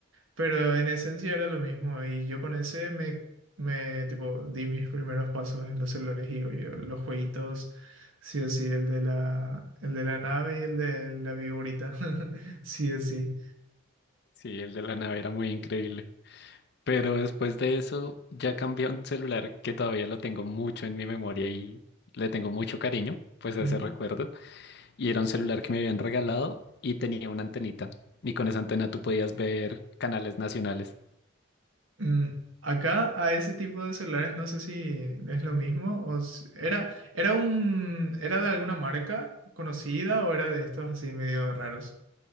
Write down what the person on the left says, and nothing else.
Sí, el de la nave era muy increíble. Pero después de eso ya cambié a un celular que todavía lo tengo mucho en mi memoria y le tengo mucho cariño, pues a
ese recuerdo. Y era un celular que me habían regalado y tenía una antenita. Y con esa antena tú podías ver canales nacionales.